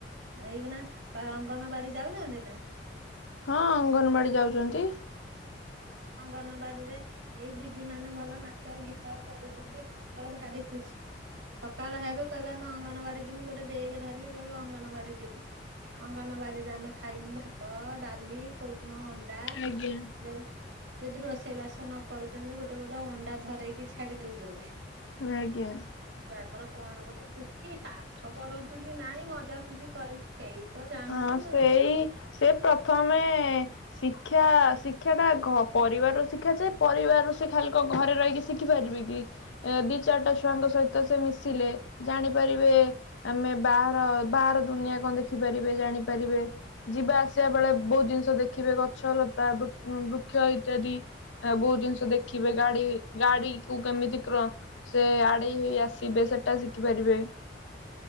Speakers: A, on the right; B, on the left.
A: ଏଇକନା ଅଙ୍ଗନବାଡି ଯାଉଛନ୍ତି ନା?
B: ହଁ ଅଙ୍ଗନବାଡି ଯାଉଛନ୍ତି।
A: ଅଙ୍ଗନବାଡିରେ ଏଇ ଦିଦି ମାନେ ଭଲ ନାଚ ଗୀତ କରୁଛନ୍ତି ଛୁଆଙ୍କର ଭାରି ଖୁସି
B: ହୁ।
A: ସକାଳ ହେବେ କହିବେ ଆମେ ଅଙ୍ଗନବାଡି ଯିବୁ ଗୋଟେ ବେଗ ଧରିବେ କହିବେ ଅଙ୍ଗନବାଡି ଯିବୁ ଅଙ୍ଗନବା ବାଡିରେ ଆମେ ଖାଇମୁ ଭାତ ଡାଲି କୋଉଦିନ ଅ ଡା
B: ଆଜ୍ଞା।
A: ଯଦି ଯଦି ରୋଷେଇ ବାସ ନ କରୁଛନ୍ତି ଗୋଟେ ଗୋ ଅଣ୍ଡା ଧରେଇକି ଛାଡି ଦଉଛନ୍ତି।
B: ହଁ ଆଜ୍ଞା।
A: ତାଙ୍କର କଣ ଗୋଟେ ଖୁସି ପାଠ ପଢନ୍ତୁ କି ନାଇଁ ମଜା ଖୁସି କରିକି ସେଇ ତ ଜାଣନ୍ତୁ
B: ହଁ ସେଇ
A: ଆଉ
B: ସେ ପ୍ରଥମେ। ଶିକ୍ଷା ଶିକ୍ଷା ଟା ପରିବାରରୁ ଶିକ୍ଷା ଯ ପରିବାର ର ସେ ଖାଲି କଣ ଘରେ ରହିକି ଶିଖିପାରିବି! ଦି ଚାରିଟା ଛୁଆଙ୍କ ସହିତ ସେ ମିଶିଲେ ଜାଣିପାରିବେ ଆମେ ବାହା ର ବାହାର ଦୁନିଆ କଣ ଦେଖ ଦେଖିପାରିବେ ଜାଣିପାରିବେ ଯିବା ଆସିବା ବେଳେ ବହୁତ ଜିନିଷ ଦେଖିବେ ଗଛ ଲତା କ୍ଷ ଇତ୍ୟାଦି ଆ ବହୁତ ଜିନିଷ ଦେଖିବେ ଗାଡି ଗାଡି କୁ କେମିତି କ୍ର ସେ ଆ ଆଡେଇ ହେଇ ଆସିବେ ସେ ଟା ଶିଖି ପାରିବେ।